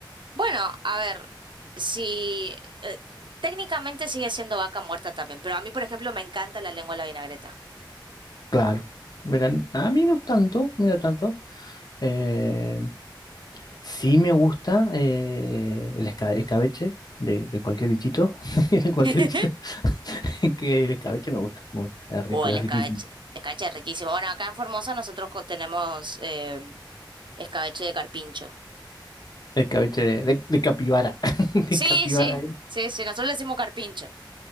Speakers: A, on the right; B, on the left.
A: Bueno, a ver, si... eh, técnicamente sigue siendo vaca muerta también, pero a mí, por ejemplo, me encanta la lengua a la vinagreta.
B: Claro. Verán, a mí no tanto, mí no tanto. Eh, sí me gusta eh, el esca- escabeche de, de cualquier bichito, <laughs> de cualquier
A: <laughs>
B: bichito, <laughs> que el escabeche me gusta, me gusta, es
A: O
B: rico,
A: el
B: es
A: escabeche.
B: riquísimo.
A: El escabeche es riquísimo. Bueno, acá en Formosa nosotros co- tenemos eh, escabeche de carpincho.
B: Escabeche de, de- de capibara, <laughs> de
A: Sí,
B: capibara.
A: sí, sí, sí, nosotros le decimos carpincho.